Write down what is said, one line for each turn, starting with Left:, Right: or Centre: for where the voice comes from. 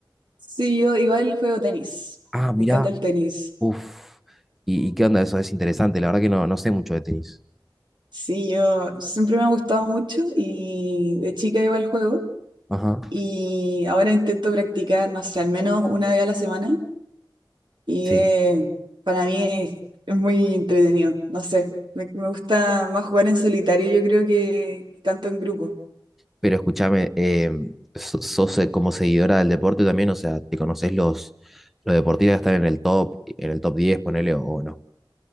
Right: Sí, yo igual juego tenis.
Centre: Ah, mirá,
Right: Me encanta el tenis.
Centre: uf. ¿Y, y qué onda eso? Es interesante. La verdad que no, no sé mucho de tenis.
Right: Sí, yo siempre me ha gustado mucho y de chica iba al juego
Centre: Ajá.
Right: y ahora intento practicar, no sé, al menos una vez a la semana y
Centre: sí
Right: eh, para mí es, es muy entretenido, no sé, me, me gusta más jugar en solitario yo creo que tanto en grupo.
Centre: Pero escúchame, eh, so- sos eh, como seguidora del deporte también, o sea, ¿te conoces los, los deportistas que están en el top, en el top diez ponele, o no?